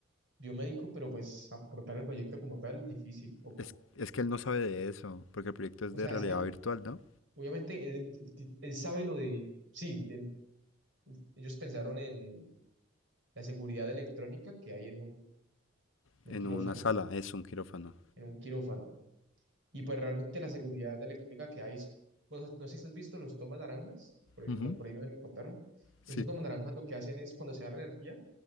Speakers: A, on the right (about 60°); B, on the left (about 70°).
A: Biomédico, pero pues aportar el proyecto como tal, difícil, poco.
B: Es, es que él no sabe de eso, porque el proyecto es
A: O
B: de
A: sea,
B: realidad
A: es que
B: virtual, ¿no?
A: obviamente él, él ti- él sabe lo de, sí, del- ellos pensaron en la seguridad electrónica que hay en un en
B: En
A: un quirófano,
B: una sala, es un quirófano.
A: en un quirófano. Y pues realmente la seguridad electrónica que hay, es- pues, no sé si has visto los tomas naranjas, por ahí,
B: Ujú.
A: me lo- por ahí me, me contaron,
B: Sí.
A: esos tomas naranjas lo que hacen es cuando se da la energía,